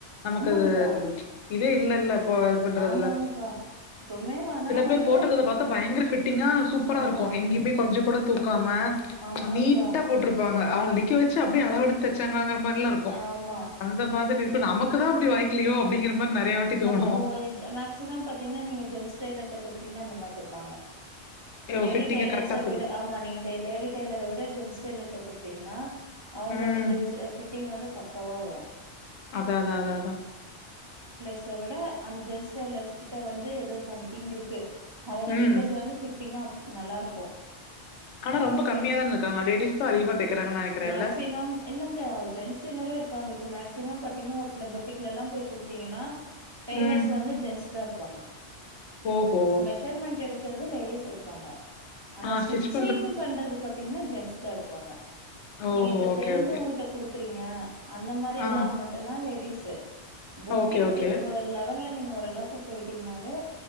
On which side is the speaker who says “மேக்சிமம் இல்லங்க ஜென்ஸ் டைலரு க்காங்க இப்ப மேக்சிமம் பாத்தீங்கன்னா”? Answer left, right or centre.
Right